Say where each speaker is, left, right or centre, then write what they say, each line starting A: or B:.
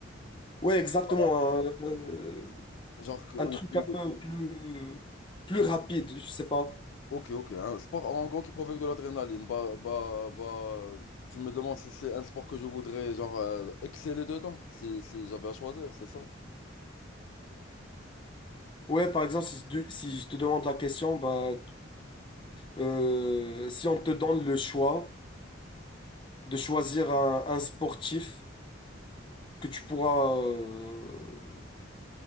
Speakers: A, on the left; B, on the left.
A: Ouais, exactement.
B: Bah,
A: hein, euh,
B: genre que- ou-
A: Un truc
B: ou-
A: un peu plus, plus
B: ou-
A: rapide, je sais pas.
B: ok, ok. Un sport en gros qui provoque de l'adrénaline. Bah, bah, bah, tu me demandes si c'est un sport que je voudrais genre euh, exceller dedans, si, si j'avais à choisir, c'est ça?
A: Ouais, par exemple, si, tu- si je te demande la question, bah, euh, si on te donne le choix de choisir un, un sportif que tu pourras, euh,